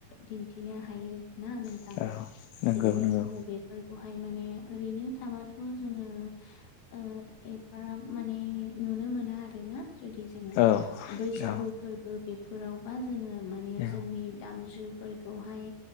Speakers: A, on the left; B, on the left.
A: दिन्थिनो हायो। ना नोंथां
B: औ नंगौ
A: जेरैहाय
B: नंगौ
A: जो फोरखौहाय माने ओरैनो थाबाथ' जोङो ओ एफाराब माने ए नुनो मोना आरोना जुदि जोङो
B: औ
A: बैसागु
B: औ
A: फोरबो बेफोरावबा जोङो माने
B: औ
A: जोंनि दामजुफोरखौहाय